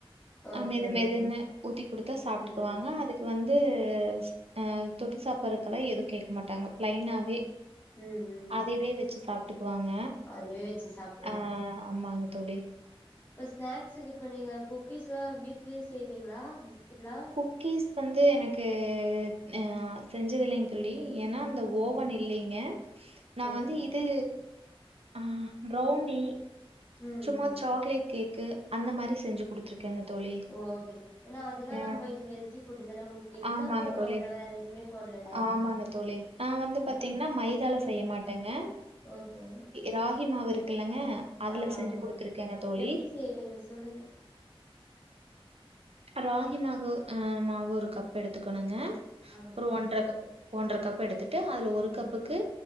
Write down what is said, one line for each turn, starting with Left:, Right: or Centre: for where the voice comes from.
Right: அ
Left: ஓகே
Right: மெது மெதுன்னு
Left: ஓகே
Right: ஊத்தி குடுத்தா
Left: ம்
Right: சாப்பிட்டுக்குவாங்க
Left: ம்
Right: அதுக் கு வந்து அ தொட்டு சாப்பறத்துக்கெல்லா எதுவு கேட்க மாட்டாங்க ப்ளைனாவே
Left: ம் ம்
Right: இதுவே வச்சு சாப்ட்டுக்குவாங்க
Left: அதுவே வச்சு சாப்ட்ருவாங்க
Right: ஆ ஆமாங்க தோழி
Left: இப்ப ஸ்நாக்சுக்கு இப்ப நீங்க குக்கீஸ் எல்லாம் வீட்லயே செய்வீங்களா பிஸ்கெட் எல்லாம்
Right: குக்கீஸ் வந்து எனக்கு ஆ செஞ்சதில்லைங் தொழி ஏன்னா அந்த
Left: ம்
Right: ஓவன் இல்லலைங்க நான்
Left: ஓகே
Right: வந்து து ஆ ப்ரௌனி
Left: ம்
Right: சும்மா
Left: ம்
Right: சாக்லேட் கேக்கு அந்த மாரி செஞ்சு குடுத்துருக்கேங்க தோழி
Left: ஓகே ஏன்னா அதெல்லாம்
Right: ஆ
Left: நம்ம ஹெல்தி ஃபுட்டு தானா மு எக்கு
Right: ஆமாங்க
Left: தா போடுறோ
Right: தோழி
Left: அதுல வேற எதுவுமே போடலல
Right: ஆமாங்க தோழி நா வந்து
Left: ஆமா
Right: பாத்தீங்கன்னா மைதால
Left: ம்
Right: செய்ய மாட் டங்க
Left: ஓகே
Right: ராகி மாவு இருக்குலங்க அதுல
Left: ஆமா
Right: செஞ்சு
Left: ஆமா
Right: குடுத்துருக்கங்க தோழி
Left: எப்டி செய்வீங்க சொல்லுங்க
Right: ராகி மாவு அ மாவு ஒரு கப் எடுத்துக்கணுங்க
Left: ஆமா
Right: ஒன்றர கப் ஒன்றர கப்பு எடுத்துட்டு அதுல ஒரு
Left: ம்
Right: கப்புக்கு